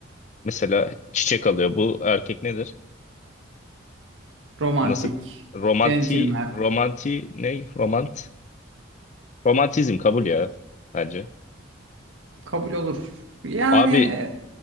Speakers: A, on the left; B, on the right.
A: mesela çiçek alıyor. Bu erkek nedir?
B: romantik,
A: Nasıl? Romanti,
B: centilmen.
A: romanti ne? Romant. Romantizm kabul ya bence.
B: Kabul olur. Yani
A: Abi